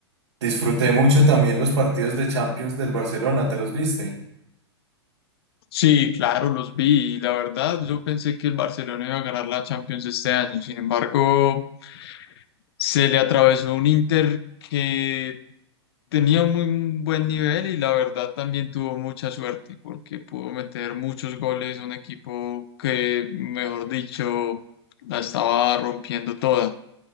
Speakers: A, on the right (about 75°); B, on the left (about 60°).
A: Disfruté mucho también los partidos de Champions del Barcelona, ¿te los viste?
B: Sí, claro, los vi. y La verdad, yo pensé que el Barcelona iba a ganar la Champions este año. Sin embargo, se le atravesó un Inter que tenía un muy buen nivel y la verdad también tuvo mucha suerte porque pudo meter muchos goles a un equipo que, mejor dicho, la estaba rompiendo toda.